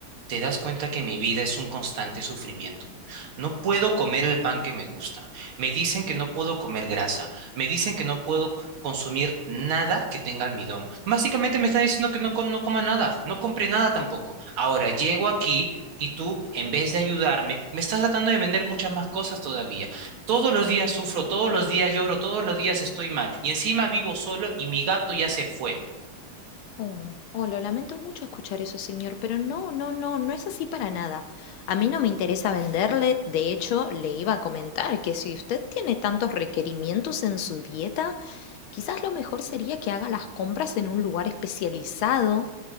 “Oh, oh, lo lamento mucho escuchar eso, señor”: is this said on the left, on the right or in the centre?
Left